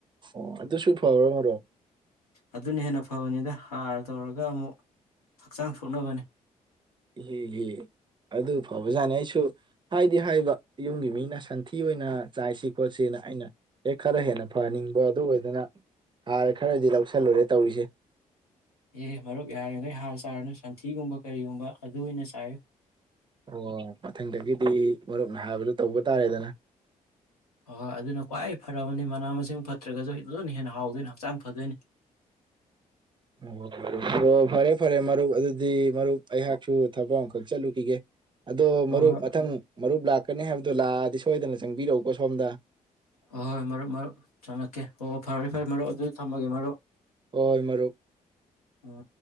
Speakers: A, on the right (about 25°); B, on the left (about 85°).
A: ꯑꯣ ꯑꯗꯨꯁꯨ ꯐꯕ꯭ꯔꯣ ꯃꯔꯨꯞ
B: ꯑꯗꯨꯅ ꯍꯦꯟꯅ ꯐꯕꯅꯤꯗ ꯍꯥꯔ ꯇꯧꯔꯒ ꯑꯃꯨꯛ ꯍꯛꯆꯥꯡ ꯁꯣꯛꯅꯕꯅꯤ
A: ꯏꯍꯦ ꯏꯍꯦ ꯑꯗꯨ ꯐꯕꯖꯥꯅꯤ ꯑꯩꯁꯨ ꯍꯥꯏꯗꯤ ꯍꯥꯏꯕ ꯌꯨꯝꯒꯤ ꯃꯤꯅ ꯁꯟꯊꯤ ꯑꯣꯏꯅ ꯆꯥꯏꯁꯤ ꯈꯣꯠꯁꯤꯅ ꯑꯩꯅ ꯍꯦꯛ ꯈꯔ ꯍꯦꯟꯅ ꯐꯍꯟꯅꯤꯡꯕ ꯑꯗꯨ ꯑꯣꯏꯗꯅ ꯍꯥꯔ ꯈꯔꯗꯤ ꯂꯧꯁꯜꯂꯨꯔꯦ ꯇꯧꯔꯤꯁꯦ
B: ꯑꯦ ꯃꯔꯨꯞ ꯌꯥꯔꯤꯈꯩ ꯍꯥꯔ ꯆꯥꯔꯅꯨ ꯁꯟꯊꯤꯒꯨꯝꯕ ꯀꯔꯤꯒꯨꯝꯕ ꯑꯗꯨ ꯑꯣꯏꯅ ꯆꯥꯏꯌꯨ
A: ꯑꯣ ꯃꯊꯪꯗꯒꯤꯗꯤ ꯃꯔꯨꯞꯅ ꯍꯥꯏꯕꯗꯣ ꯇꯧꯕ ꯇꯥꯔꯦꯗꯅ
B: ꯍꯣꯏ ꯍꯣꯏ ꯑꯗꯨꯅ ꯈ꯭ꯋꯥꯏ ꯐꯔꯕꯅꯤ ꯃꯅꯥ ꯃꯁꯤꯡ ꯐꯠꯇ꯭ꯔꯒꯁꯨ ꯑꯩ ꯂꯅ ꯍꯦꯟꯅ ꯍꯥꯎꯗꯣꯏꯅꯤ ꯍꯛꯆꯥꯡ ꯐꯗꯣꯏꯅꯤ
A: ꯑꯣ ꯑꯣ ꯐꯔꯦ ꯐꯔꯦ ꯃꯔꯨꯞ ꯑꯗꯨꯗꯤ ꯃꯔꯨꯞ ꯑꯩꯍꯥꯛꯁꯨ ꯊꯕꯛ ꯑꯃꯈꯛ ꯆꯠꯂꯨꯈꯤꯒꯦ ꯑꯗꯣ
B: ꯍꯣꯏ
A: ꯃꯔꯨꯞ
B: ꯍꯣꯏ
A: ꯃꯊꯪ ꯃꯔꯨꯞ ꯂꯥꯛꯀꯅꯤ ꯍꯥꯏꯕꯗꯣ ꯂꯥꯛꯑꯗꯤ ꯁꯣꯏꯗꯅ ꯆꯪꯕꯤꯔꯛꯎꯀꯣ ꯁꯣꯝꯗ
B: ꯍꯣꯏ ꯍꯣꯏ ꯃꯔꯨꯞ ꯃꯔꯨꯞ ꯆꯪꯉꯛꯀꯦ ꯍꯣ ꯐꯔꯦ ꯐꯔꯦ ꯃꯔꯨꯞ ꯑꯗꯨ ꯊꯝꯃꯒꯦ ꯃꯔꯨꯞ
A: ꯍꯣꯏ ꯃꯔꯨꯞ
B: ꯎꯝ